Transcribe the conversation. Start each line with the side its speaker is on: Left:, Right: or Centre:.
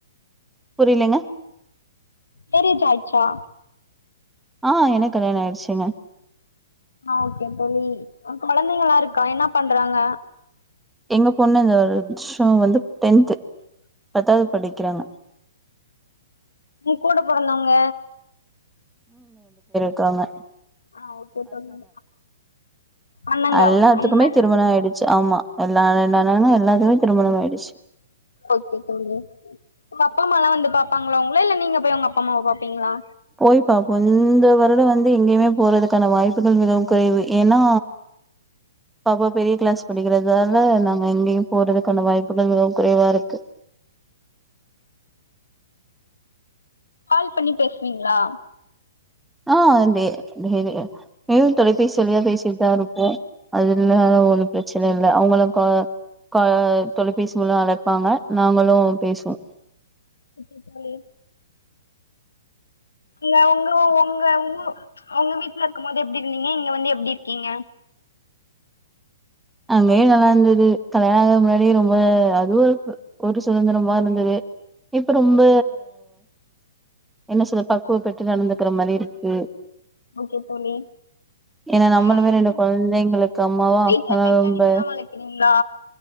Centre: புரியலங்க
Left: மேரஜ் அயிச்சா
Centre: ஆஹ் எனக்கு கல்யாண ஆயிடுச்சுங்க
Left: ஆஹ் ஓகே தோழி கொழந்தைங்களா இருக்கா என்ன பண்றாங்க
Centre: எங்க பொண்ணுங்க இந்த வருஷம் வந்து டென்த்து பத்தாவது படிக்கிறாங்க
Left: உங்க கூட பிறந்தவங்க
Centre: க்கங்க
Left: ஆஹ் ஓகே அ தோழி அண்ணம் காவ
Centre: எல்லாத்துக்குமே
Left: அண்ணங்க
Centre: திருமணோ ஆயிடுச்சு ஆமா எல்லா ரெண்டு அண்ணன்களுக்கு எல்லாத்துமே திருமணம் ஆயிடுச்சு
Left: ஓகே தோழி உங்க அப்பா அம்மலாம் வந்து பாப்பாங்களா உங்கள இல்ல நீங்க போய் உங்க அப்பா அம்மாவே பாப்பீங்களா
Centre: போய் பாப்பா இந்த வருடம் வந்து எங்கேயுமே போறதுக்கான வாய்ப்புகள் மிகவும் குறைவு ஏன்னா பாப்பா பெரிய கிளாஸ் படிக்கிறதால நாங்க எங்கேயும் போறதுக்கான வாய்ப்புகள் மிகவும் குறைவா இருக்கு
Left: கால் பண்ணி பேசுவீங்களா
Centre: ஆஹ் அத மேயும் தொலைபேசி வழியா பேசிட்டுதான் இருப்போம் அது இல்ல பிரச்சனை இல்ல அவங்களுக்கு தொலைபேசி மூலம் அழைப்பாங்க நாங்களும் பேசுவோம்
Left: ஓகே தோழி அங்க உங்க உங்க உங்க உங்க வீட்டுல இருக்கும் போது எப்படி இருந்தீங்க இங்க வந்து எப்படி இருக்கீங்க
Centre: அங்கேயும் நல்லா இருந்தது கல்யாணம் ஆற முன்னாடிே ரொம்ப அதுவும் ஒரு ஒரு சுதந்திரமா இருந்தது இப்ப ரொம்ப என்ன சொல்லற பக்குவப்பட்டு நடந்துக்கிற மாதிரி இருக்கு
Left: ஓகே தோழி
Centre: ஏன்னா நம்மளுமே
Left: ம்
Centre: ரெண்டு குழந்தைங்களுக்கு அம்மாவா
Left: வீட்ல பெட்
Centre: ரொம்ப
Left: அனிமல்லா வளர்க்கிறீங் இந்தா